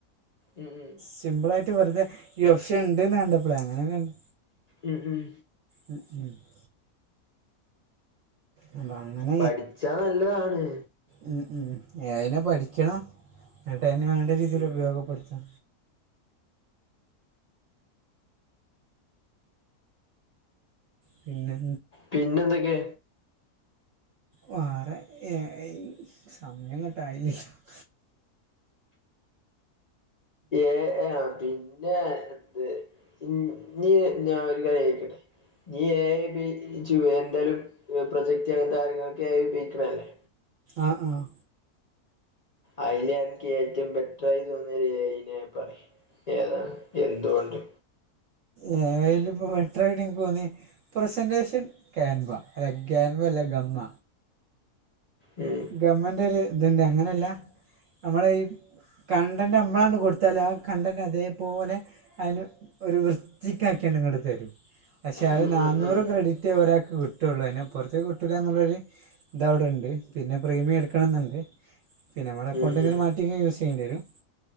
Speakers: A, on the left (about 65°); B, on the right (about 65°).
A: ഉം ഉം
B: സിമ്പിളായിട്ട് വെറുതെ ഈ ഓപ്ഷൻണ്ടന്ന് കണ്ടപ്പളെ അങ്ങനെയണ്ട്
A: ഉം ഉം
B: ഉം ഉം <inaudible> അ അങ്ങൻ
A: പഠിച്ചാ നല്ലതാണ്
B: ഉം അതിനെ പഠിക്കണം എന്നട്ട അന് വേണ്ട രീതിയിൽ
A: ഉം
B: ഉപയോഗപ്പെടുത്തും പിന്നെ
A: പിന്നെന്തൊക്കെ
B: വേറെ ഏ സമയം അങ്ങോട്ടായില്ലല്ലോ <inaudible>
A: എ ഏ പിന്നെ എത് ഇനി ഞാൻ ഒരു കാര്യം കളികളിക്കട്ടെ നീ എ ഐ ഉപയോഗിച്ചു വെടലും പ്രൊജക്ട് അങ്ങനത്തെ കാര്യങ്ങളൊക്കെ എ ഐ ഉപയോഗിക്കണല്ലേ
B: ആഹ് ആഹ്
A: അയിന് എനിക്ക് ഏറ്റവും ബെറ്റർറായി തോന്നിയ എ ഏ നെ പറയ് ഏതാണ് എന്തുകൊണ്ട്?
B: എ ഐ ലിപ്പ മെട്രയ്ട്ട്ക്ക് തോന്നി പ്രസന്റേഷൻ കേൻവ അല്ല കേൻവ അല്ല ഗമ്മ.
A: ഉം <unintelligible>
B: ഗവൺമെന്റ് ഒര്ഇത്ണ്ട് അങ്ങനെയല്ല നമ്മളെ ഈ കണ്ടൻറ് മ്മളണ്ട് കൊടുത്താൽ ആ കണ്ടൻറ് അതേപോലെ- അതിന് ഒരു വൃത്തിക്കക്കിണ്ടിങ്ങോട്ട തരും പക്ഷെ അത്
A: ഉം
B: നന്നൂറ്
A: ഉം ഉം
B: ക്രെഡിറ്റ് ഒരാൾക്ക് കിട്ടുള്ളൂ അതിനെപ്പുറത്തേക്ക് കിട്ടുക എന്നുള്ളൊരു ഇത് അവിടെണ്ട് പിന്നെ പ്രീമിയ വെക്കണംന്നുണ്ട് പിന്നെ അക്കൗണ്ട്
A: ഉം ഉം
B: ഇങ്ങനെ
A: ഉം
B: മാറ്റി യൂസ് ചെയ്യേണ്ടി വരും.